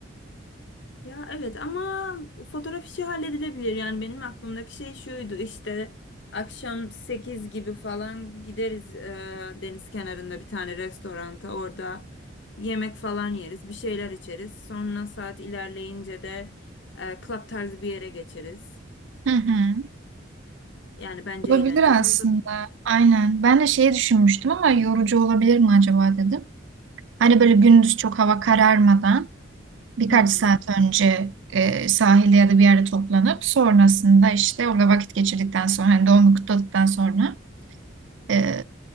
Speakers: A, on the left; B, on the right.
A: Ya evet ama fotoğraf işi halledilebilir. Yani benim aklımdaki şey şuydu işte akşam 8 gibi falan gideriz e, deniz kenarında bir tane restoranta. Orada yemek falan yeriz, bir şeyler içeriz. Sonra saat ilerleyince de e, club tarzı bir yere geçeriz.
B: Hı hı.
A: Yani bence
B: Olabilir
A: eğlenceli
B: aslında.
A: olabilir.
B: Aynen. Ben de şeyi düşünmüştüm ama yorucu olabilir mi acaba dedim. Hani böyle gündüz çok hava kararmadan birkaç
A: Hmm.
B: saat önce e, sahilde ya da bir yerde toplanıp sonrasında işte orada vakit geçirdikten sonra hani doğumu kutladıktan sonra e,